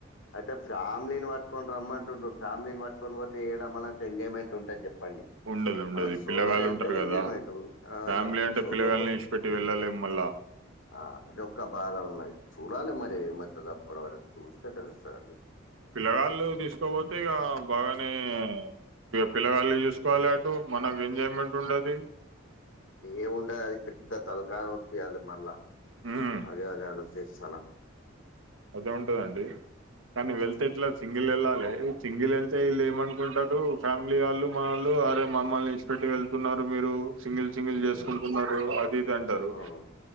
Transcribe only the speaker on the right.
ఉండదు ఉండదు
పిల్లగాళ్ళు
ఉంటారు
కదా
ఫ్యామిలీ అంటే
పిల్లగాల్ని
ఇడిచిపెట్టి వెళ్ళలేం మళ్ళా
పిల్లగాళ్ళు తీసుకోపోతే ఇక బాగానే ఇ పిల్లగాళ్లు చూసుకోవాలి అటు మనకు ఎంజాయ్మెంట్ ఉండది
ఉమ్,
అదే ఉంటదండి కానీ వెళ్తే ఇట్లా సింగిల్ వెళ్ళాలి సింగిల్ వెళ్తే ఇళ్ళు ఏమనుకుంటారు ఫ్యామిలీ వాళ్ళు మల్లు అరే మమ్మల్ని విడిచి పెట్టి వెళ్తున్నారు మీరు సింగిల్ సింగిల్ చేసుకుంటున్నారు
అది ఇది అంటారు